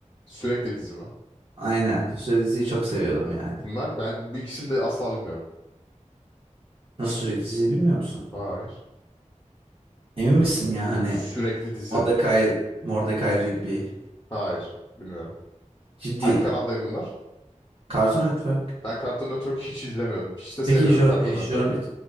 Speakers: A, on the left; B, on the right.
A: Sürekli dizi mi?
B: Aynen. Sürekli diziyi çok seviyordum yani.
A: Bunlar ben bu ikisini de asla bilmiyorum.
B: Nasıl sürekli diziyi bilmiyor musun?
A: Hayır.
B: Emin misin ya hani
A: Sürekli dizi.
B: Mordecai, Mordecai Rigby.
A: Hayır. Bilmiyorum.
B: Ciddi.
A: Hangi kanaldaydı bunlar?
B: Cartoon Network.
A: Ben Cartoon Network hiç izlemiyordum. Hiç de sevmiyordum
B: Peki Jo-
A: Cartoon
B: Johnny,
A: Network'ü.